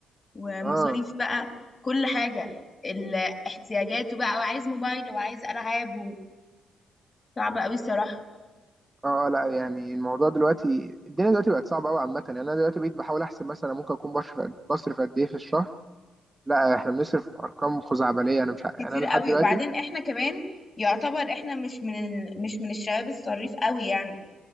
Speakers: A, on the left (about 35°); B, on the right (about 25°).
A: ومصاريف
B: اه
A: بقى كل حاجه ال- احتياجاته بقى وعايز موبايل وعايز العاب و- صعب قوي الصراحه
B: اه لا يعني الموضوع دلوقتي الدنيا دلوقتي بقت صعبه قوي عامه يعني انا دلوقتي بقيت بحاول احسب مثلا ممكن اكون بصرف قد- بصرف قد ايه في الشهر لا احنا بنصرف ارقام خزعبليه انا مش ع-
A: كتير
B: يعني انا
A: قوي
B: لحد دلوقتي
A: وبعدين احنا كمان يعتبر احنا مش من ال... مش من الشباب الصريف قوي يعني